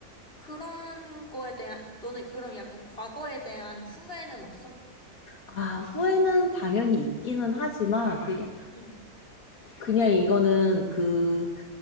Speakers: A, on the left; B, on the left.
A: 그런 거에 대한, 또는 그런 약간 과거에 대한 후회는 없어?
B: 아, 후회는 당연히 있기는 하지만 그게
A: 응.
B: 그냥 이거는 그,